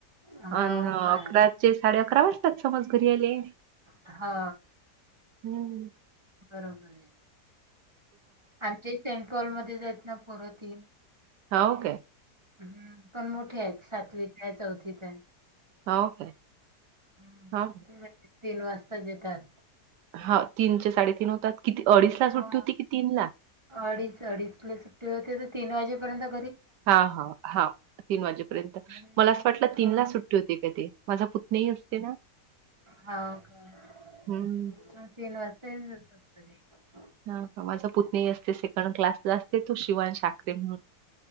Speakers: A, on the right (about 15°); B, on the right (about 85°).
A: हा
B: अन्
A: हो
B: अकराचे
A: काय?
B: साडे अकरा वाजताात घरी आले
A: हा
B: हम्
A: बरोबर आहे आमचे सेंट हॉलमध्ये च हायत ना पोरं तीन
B: हा ओ काे
A: हम्म पण मोठे आहेत सातवीत आहे चौथीत आहे
B: हो का
A: हम्म
B: हा
A: ते म्हणजे तीन वाजता जेतात
B: हा तीन साडे होतात किती अडीच
A: हा
B: ला सुट्टी होती कि तीन ला
A: अडीच अडीचला सुट्टी होते तर तीन वाजेपर्यत
B: हा हा हा तीन वाजेपर्यंत
A: हम्म
B: मला असं वाटलं तीन
A: हा
B: ला सुट्टी होते का ते माझा पुतनीही असते ना
A: हा हो का
B: हम्म.
A: तीन वाजता ये ज
B: हा माझा पुतनी असते सेकंड क्लासला असते तू शिवान ठाकरे म्हणून